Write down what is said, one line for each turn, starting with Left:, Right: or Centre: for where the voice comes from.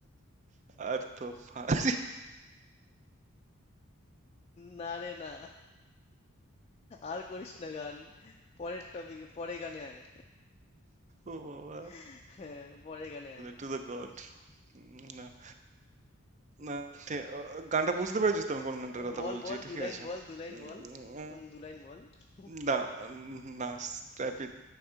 Right: আর তো পারে
Left: না রে না আর করিস না গান পরের টপিক পরে গানে আয়
Right: ও বাবা
Left: <laughs> হ্যাঁ, পরে গানে আয়
Right: টু দ্য গড না না ঠিক- ও, গানটা বুঝতে পেরেছিস তো আমি কোন গানটার কথা
Left: বল
Right: বলছি
Left: বল
Right: ঠিক
Left: দু লাইন
Right: আছে
Left: বল দু লাইন
Right: উম,
Left: বল উম, দু লাইন বল <laughs>
Right: না না স্ক্র্যাপ ইট